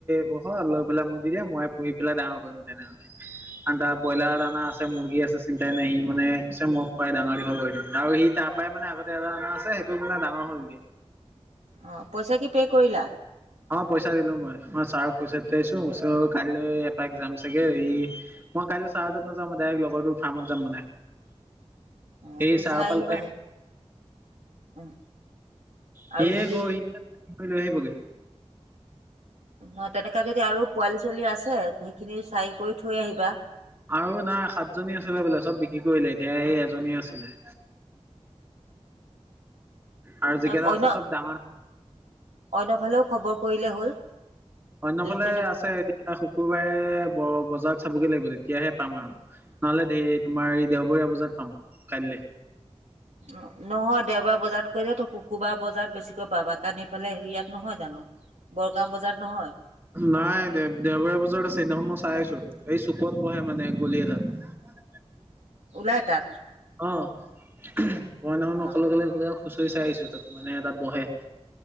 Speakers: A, on the right (about 20°); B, on the right (about 85°).
A: পোহ লৈ পেলাই মোক দি দিয়া মই পুহি পেলাই ডাঙৰ কৰিম তেনেহলে। আন্দা ব্ৰইলাৰ দানা আছে, মুৰ্গী আছে চিন্তাই নাই সি মানে কৈছে মোক পাই ডাঙৰ দীঘল কৰি দিম। আৰু সি তাৰ পাই তাৰ মানে আগতে এটা অনা আছে সেইটো মানে ডাঙৰ হ'ল গে।
B: অ পইচা কি পে কৰিলা?
A: অ পইচা দিলো মই। মই ছাৰক পইচা দি থৈ আহিছো কাইলৈ এপাক যাম চাগে, ই মই কাইলৈ চাহ এজেন্ট নাযাওঁ ডাইৰেক্ লগৰটো ফাৰ্মত যাম মানে।
B: অ
A: সেই
B: তোৰ
A: চাৰৰ
B: চাই
A: পৰা
B: আহিবা
A: লৈ
B: অ।
A: সিয়ে
B: আৰু যদি
A: গৈ সি লৈ আহিব গে।
B: অ তেনেকে যদি আৰু পোৱালি ছোৱালি আছে সেইখিনি চাই কৰি থৈ আহিবা।
A: আৰু নাই সাতজনী আছিলে বোলে চব বিক্ৰী কৰিলে এতিয়া এই এজনী আছিলে। আৰু যিকেইটা
B: অ অন্য,
A: আছে চব ডাঙৰ ডাঙৰ
B: অন্য ফালেও খবৰ- কৰিলে হ'ল।
A: অন্যফালে
B: যদি তেনেকুৱা
A: আছে। এতিয়া শুকুৰবাৰে বজাৰ চাবগে লাগিব তেতিয়াহে পাম আৰু। নহ'লে ধৰ তোমাৰ এই দেওঁবৰীয়া বজাৰত পাম কাইলৈ। উম'।
B: অ', নহয় দেওঁবাৰ বজাৰত কৈ যে তোক সুকুবাৰ বজাৰত বেছিকৈ পাবা কাৰণ সেইফালে হেৰি ইয়াত নহয় জানো, বৰগাঁও বজাৰত নহয়?
A: নাই দে-দেওঁবাৰীয়া বছৰত আছে সেইদিনাখন মই চাই আহিছো। এই চুকত বহে মানে গলি এটাত।
B: ওলাই তা'ত?
A: অ', মই সেইদিনাখন
B: অ
A: অকলে-অকলে গৈ আৰু খুচৰি চাই আহিছো তা'ত মানে তা'ত বহে।